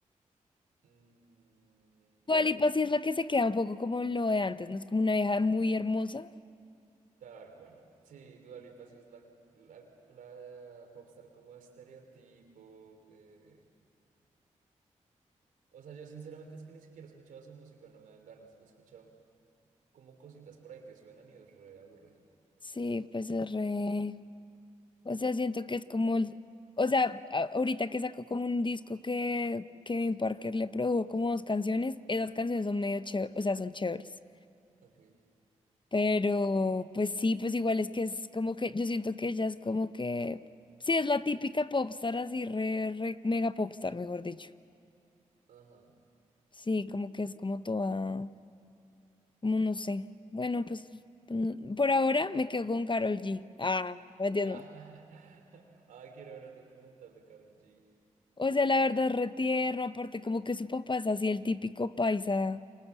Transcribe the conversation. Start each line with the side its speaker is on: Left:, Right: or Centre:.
Right: Mm,
Left: Dualipa sí es la que se queda un poco como lo de antes, ¿no? Es como una vieja muy hermosa.
Right: tal cual. Sí, Dua Lipa sí es la, la, la popstar como estereotipo que... O sea, yo sinceramente es que ni siquiera he escuchado su música, no me dan ganas. He escuchado como cositas por ahí que suenan y es re aburrido.
Left: Sí, pues es re. O sea, siento que es como el. O sea, a- ahorita que sacó como un disco que Kevin Parker le produjo como dos canciones, esas canciones son medio chéveres, o sea, son chéveres.
Right: Ok,
Left: Pero pues sí, pues igual es que es como que yo siento que ella es como que sí, es la típica popstar así re, re mega popstar, mejor dicho.
Right: ajá.
Left: Sí, como que es como toda, como no sé. Bueno, pues mm, por ahora me quedo con Carol G. Ah, me entiendo.
Right: <laughs> Ay, quiero ver el documental de Karol G.
Left: O sea, la verdad es re tierno, aparte como que su papá es así el típico paisa